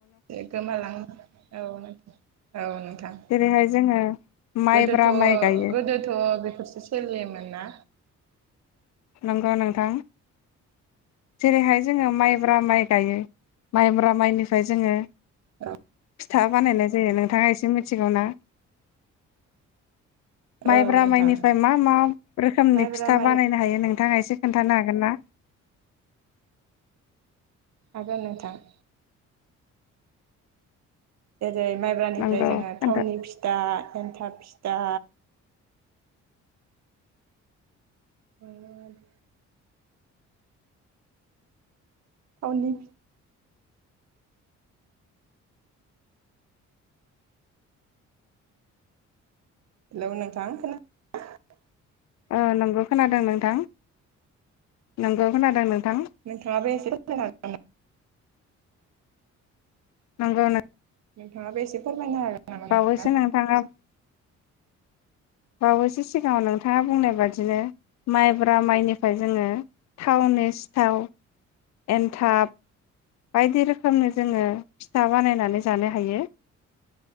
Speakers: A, on the right (about 60°); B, on the left (about 65°).
A: गोमालांनो औ नोंथां औ नोंथां
B: जेरैहाय जोङो माइब्रा
A: गोदोथ
B: माइ गायो
A: गोदोथ बे फोरसो सोलियोमोन ना।
B: नंगौ नोंथां। जेरैहाय जोङो माइब्रा माइ गायो माइब्रा माइनिफ्राय जोङो
A: औ
B: फिथा बानायनाय जायो नोंथाङा एसे मिथिगौ ना? माइब्रा
A: औ नोंथां
B: माइनिफ्राय मा मा रोखोमनि
A: माइब्रा
B: फिथा
A: माइ
B: बानायनो हायो। एसे खोनथानो हागोन ना?
A: हागोन नोंथां। जेरै माइब्रानिफ्राय
B: नंगौ
A: जोङो
B: खोन्था
A: थावनि फिथा एन्थाब फि दा ओं <unintelligible> आवनि लोव‌ नोंथां खोनादों ना?
B: ओ नंगौ खोनादों नोंथां। नंगौ खोनादों नोंथां।
A: नोंथाङाबो एसे <unintelligible>
B: नंगौ
A: नोंथाङाबो एसे फोरमायनो हागोन नामा नोंथां
B: बावैसो नोंथाङा बावैसो सिगाङाव नोंथाङा बुंनाय बादिनो माइब्रा माइनिफ्राय जोङो थावनि सिथाव एनथाब बायदि रोखोमनि जोङो फिथा बानायनानै जानो हायो